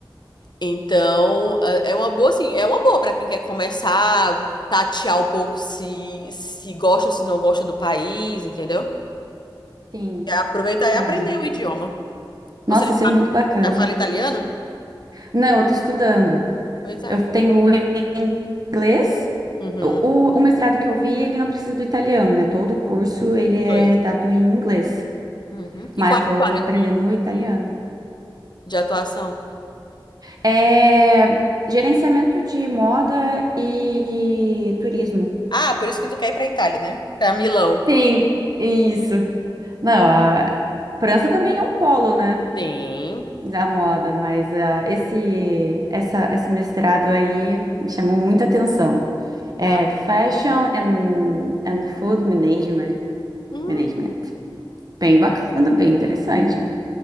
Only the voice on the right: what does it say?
sim,
caramba.
Nossa,
isso é muito bacana.
Não, eu tô estudando.
Eu tenho o inglês.
O, o, o mestrado que eu vi, ele não precisa do italiano, né? Todo o curso ele é
dado em inglês,
mas
estou
aprendendo
o italiano.
É gerenciamento de moda e, e turismo.
Sim, isso. Não, a França também é um polo, né?
Da moda, mas ah, esse, essa, esse mestrado aí me chamou muita atenção.
É Fashion and, and Food Management.
Management. Bem bacana, bem interessante.